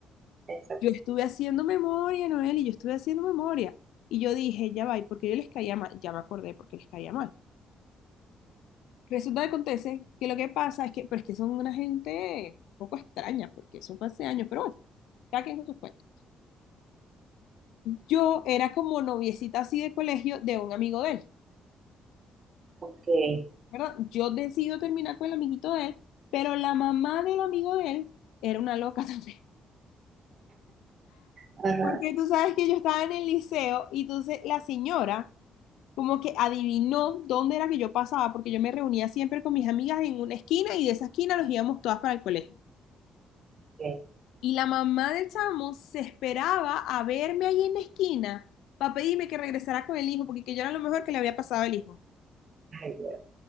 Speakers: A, on the right; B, on the left.
A: exacto.
B: Yo estuve haciendo memoria, Noeli, yo estuve haciendo memoria. Y yo dije, ya va, ¿y por qué yo les caía mal? Ya me acordé por qué les caía mal. Resulta que acontece que lo que pasa es que, pero es que son una gente un poco extraña, porque eso fue hace años, pero bueno, cada quien con sus cuentos. Yo era como noviecita así de colegio de un amigo de él,
A: Okay.
B: ¿verdad? Yo decido terminar con el amiguito de él, pero la mamá del amigo de él era una loca <laughs> también.
A: Ajá,
B: Porque tú sabes que yo estaba en el liceo y entonces la señora como que adivinó dónde era que yo pasaba, porque yo me reunía siempre con mis amigas en una esquina y de esa esquina nos íbamos todas para el colegio.
A: ok.
B: Y la mamá del chamo se esperaba a verme ahí en la esquina para pedirme que regresara con el hijo, porque que yo era lo mejor que le había pasado al hijo.
A: Ay, Dios,